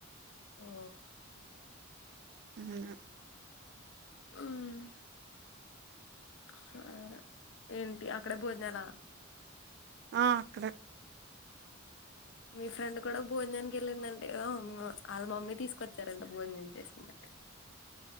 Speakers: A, on the left; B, on the right.
A: ఓ
B: అలాగా
A: హ్మ్ సరే ఏంటి అక్కడే భోజనాలా
B: ఆ అక్కడే
A: మీ ఫ్రెండ్ కూడా భోజనానికి వెళ్ళిందంటగా వాళ్ళ మమ్మీ తీసుకొచ్చారంట భోజనం చేసింద